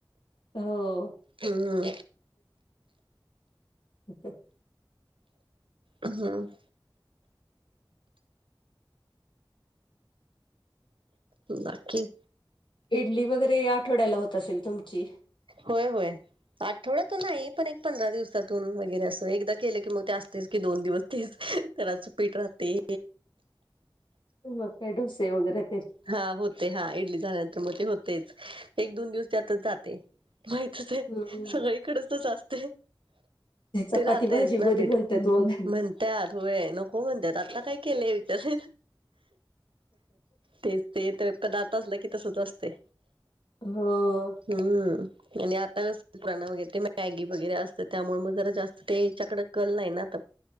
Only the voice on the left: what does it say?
हो.
ओके.
इडली वगैरे आठवड्याला होत असेल तुमची.
मग काय डोसे वैगेरे
हम्म
चपाती
भाजी
बरी
म्हणतात मग.
ह.